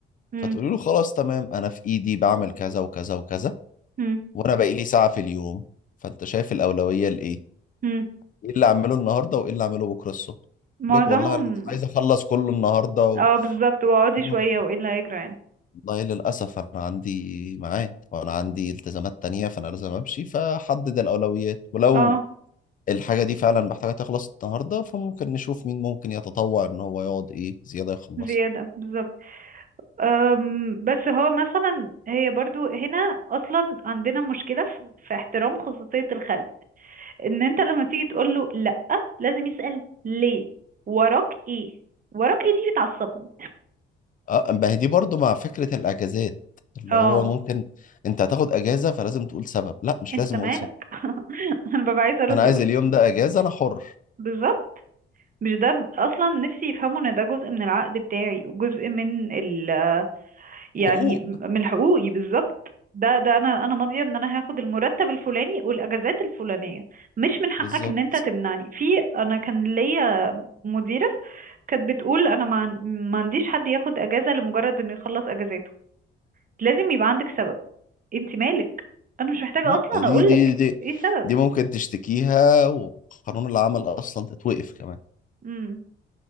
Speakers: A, on the right (about 45°); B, on the left (about 45°).
A: امم
B: فتقولي له خلاص تمام أنا في إيدي بعمل كذا وكذا وكذا
A: امم
B: وأنا باقي لي ساعة في اليوم فأنت شايف الأولوية لإيه؟
A: امم
B: إيه اللي أعمله النهاردة وإيه اللي أعمله بكرة الصبح؟
A: معظمهم
B: يقول لك والله أنا مش عايز أخلص كله النهاردة
A: اه بالظبط واقعدي
B: و...
A: شوية وايه اللي هيجرى يعني
B: والله للأسف أنا عندي ميعاد وأنا عندي التزامات تانية فأنا لازم أمشي فحدد الأولويات ولو
A: اه
B: الحاجة دي فعلا محتاجة تخلص النهاردة فممكن نشوف مين ممكن يتطوع إن هو يقعد إيه زيادة يخلصها
A: زيادة بالظبط أم، بس هو مثلا هي برضو هنا اصلا عندنا مشكله في في احترام خصوصيه الخلق ان انت لما تيجي تقول له لا لازم يسال ليه وراك ايه وراك ايه دي بتعصبني
B: أه ما هي دي برضو مع فكرة الأجازات اللي
A: اه
B: هو ممكن أنت هتاخد أجازة فلازم تقول سبب لا مش
A: انت
B: لازم
A: مالك
B: أقول سبب
A: <laughs> انا ببقى عايزه ارد
B: أنا عايز
A: اقول
B: اليوم ده أجازة أنا حر
A: بالظبط مش ده اصلا نفسي يفهموا ان ده جزء من العقد بتاعي وجزء من ال يعني
B: حقوق
A: م- من حقوقي بالظبط ده ده انا انا ماضيه ان انا هاخد المرتب الفلاني والاجازات الفلانيه مش من حقك
B: بالظبط
A: ان انت تمنعني في انا كان ليا مديره كانت بتقول انا ما عن- ما عنديش حد ياخد اجازه لمجرد انه يخلص اجازاته لازم يبقى عندك سبب انت مالك انا مش محتاجه
B: لا
A: اصلا
B: دي
A: اقول
B: دي
A: لك
B: دي
A: ايه السبب
B: دي ممكن تشتكيها وقانون العمل أصلا تتوقف كمان
A: امم